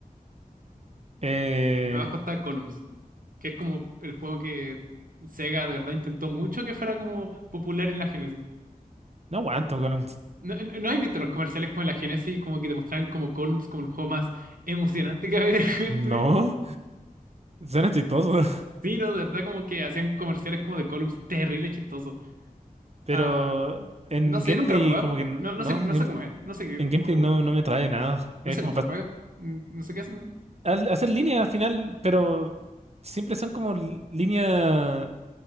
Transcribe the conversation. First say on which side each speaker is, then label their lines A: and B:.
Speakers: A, on the right; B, on the right.
A: Eh,
B: Abajo está Columns. que es como el juego que Sega de verdad intentó mucho que fuera como popular en la Genesis.
A: no aguanto, Golems.
B: ¿No, no, no has visto los comerciales como en la Genesis, como que te mostraban como Columns como el juego más emocionante que había <laughs> en
A: No,
B: tu vida?
A: suena chistoso. <laughs>
B: Sí, no, de verdad como que hacían comerciales como de Columns terrible, chistoso.
A: Pero
B: Ah,
A: en
B: no sé,
A: gameplay
B: nunca lo he jugado.
A: como que n-
B: No, no
A: no,
B: sé, no
A: en, game-
B: sé cómo es, no sé qué-
A: en
B: cómo
A: gameplay
B: se juega.
A: no, no me trae nada.
B: No
A: Es
B: sé
A: como
B: cómo se
A: pa-
B: juega. Mm, No sé qué hacen, ¿no?
A: al- hacer línea al final, pero siempre son como li- línea